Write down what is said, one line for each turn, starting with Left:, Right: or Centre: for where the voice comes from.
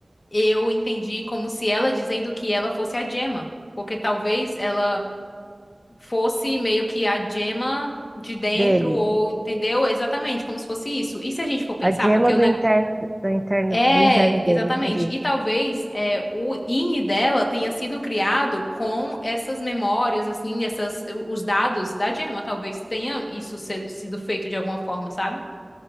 Left: eu entendi como se ela dizendo que ela fosse a Gemma, porque talvez ela fosse meio que a gema de dentro,
Centre: dele.
Left: ou entendeu? Exatamente, como se fosse isso. E se a gente for pensar,
Centre: A gema
Left: porque o
Centre: do
Left: neg...
Centre: interno, do interno,
Left: É,
Centre: do interno dele,
Left: exatamente.
Centre: entendi.
Left: E talvez é, o INI dela tenha sido criado com essas memórias, assim, essas, os dados da gema. Talvez tenha isso se- sido feito de alguma forma, sabe?